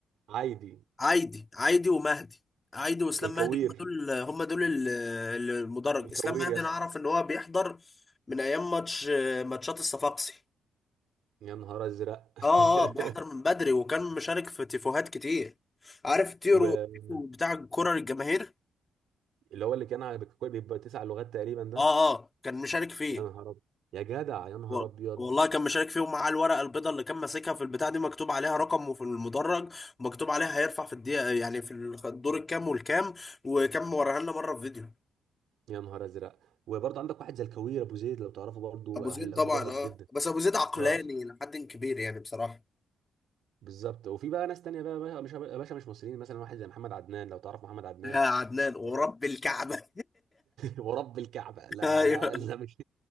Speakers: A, on the right; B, on the left.
A: عايدي
B: عايدي عايدي ومهدي عايدي واسلام
A: والكوير
B: مهدي هم دول هم دول ال- ال- المدرج
A: والكوير
B: اسلام مهدي
A: يا اسطى
B: انا اعرف ان هو بيحضر من ايام ماتش ماتشات الصفاقسي
A: يا نهار ازرق <laughs>
B: اه اه بيحضر من بدري وكان مشارك في تيفوهات كتير عارف تيرو
A: واللي
B: بتاع الكرة للجماهير
A: هو اللي كان على بيبقى تسع لغات تقريبا ده
B: اه اه كان مشارك فيه
A: يا نهار ابيض يا جدع يا نهار
B: وال-
A: ابيض
B: والله كان مشارك فيهم معاه الورقه البيضاء اللي كان ماسكها في البتاع دي مكتوب عليها رقم وفي المدرج ومكتوب عليها هيرفع في الدقيقه يعني في الدور الكام والكام وكان موريها لنا مره في فيديو
A: يا نهار ازرق وبرضه عندك واحد زي الكوير ابو زيد لو تعرفه برضه
B: ابو زيد
A: اهلاوي
B: طبعا
A: مدرج
B: اه
A: جدا
B: بس ابو زيد عقلاني
A: اه
B: لحد كبير يعني بصراحه
A: بالظبط وفي بقى ناس تانية بقى بقى- مش يا باشا مش مصريين مثلا واحد زي محمد عدنان لو تعرف محمد عدنان
B: يا عدنان ورب
A: <laughs>
B: الكعبه
A: ورب الكعبة لا
B: <laughs> ايوه
A: لا لا مش